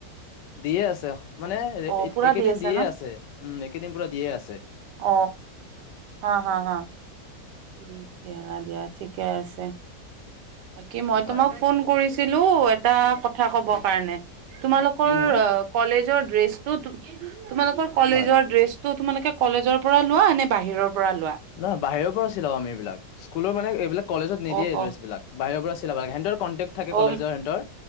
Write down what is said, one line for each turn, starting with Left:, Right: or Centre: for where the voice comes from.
Left: দিয়ে আছে মানে
Right: অ' পুৰা
Left: একেদিন
Right: দি
Left: দিয়ে
Right: ন?
Left: আছে উম কেইদিন পৰা দিয়ে আছে
Right: অ হা হা হা উ দিয়া দিয়া ঠিকে আছে বাকী মই
Left: হয়
Right: তোমাক ফোন কৰিছো ছিলো এটা কথা ক'ব কাৰণে তোমালোকৰ
Left: কিনো
Right: কলেজৰ ড্ৰেছটো তুমি তোমালোকৰ কলেজৰ
Left: হয়
Right: ড্ৰেছতো তোমালোকে কলেজৰ পৰা লোৱা ন বাহিৰৰ পৰা লোৱা?
Left: নহ বাহিৰ আছিল আমি এইবিলাক স্কুলৰ মানে এইবিলাক কলেজত নিদিয়ে
Right: অ
Left: ড্ৰেছ
Right: অ
Left: বিলাক বাহিৰৰ পৰা লব লাগে <unintelligible> কনটেক্ট থাকে
Right: অ
Left: কলেজৰ সিহঁতৰ